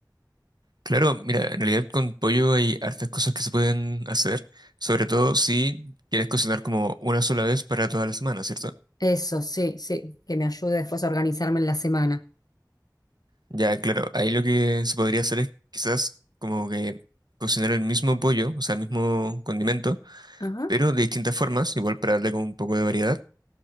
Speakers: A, on the right (about 65°); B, on the left (about 60°).
A: Claro, mira, en realidad con pollo hay hartas cosas que se pueden hacer, sobre todo si quieres cocinar como una sola vez para toda la semana, ¿cierto?
B: Eso, sí, sí, que me ayude después a organizarme en la semana.
A: Ya, claro, ahí lo que se podría hacer es quizás como que cocinar el mismo pollo, o sea, el mismo condimento,
B: Ajá,
A: pero de distintas formas, igual para darle como un poco de variedad.